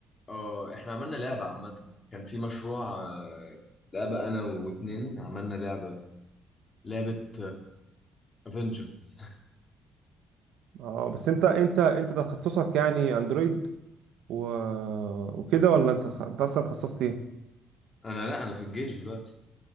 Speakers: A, on the left; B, on the right.
A: اه احنا عملنا لعبة عامة كان في مشروع آه، لعبة انا واتنين عملنا لعبة لعبة افنجرز
B: اه بس انت انت انت تخصصك يعني اندرويد و... وكده ولا انت تخ- انت اصلا تخصصت ايه
A: <laughs> انا لا انا في الجيش دلوقتي